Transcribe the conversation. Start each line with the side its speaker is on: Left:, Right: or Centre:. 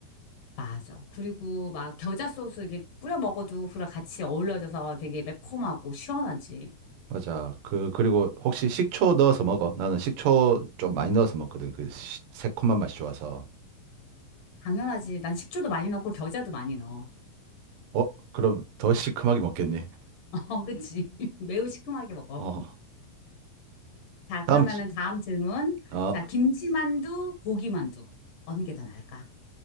Left: 맞아. 그리고 막 겨자 소스 이렇게 뿌려 먹어도 그랑 같이 어울려져서 되게 매콤하고 시원하지.
Right: 맞아. 그, 그리고 혹시 식초 넣어서 먹어? 나는 식초 좀 많이 넣어서 먹거든. 그 시- 새콤한 맛이 좋아서.
Left: 당연하지. 난 식초도 많이 넣고 겨자도 많이 넣어.
Right: 어, 그럼 더 시큼하게 먹겠니?
Left: <laughs> 어, 그치. <laughs> 매우 시큼하게 먹어.
Right: 어,
Left: 자,
Right: 다음,
Left: 그러면은
Right: 주-
Left: 다음 질문.
Right: 아,
Left: 자, 김치만두, 고기만두. 어느 게 더 나을까?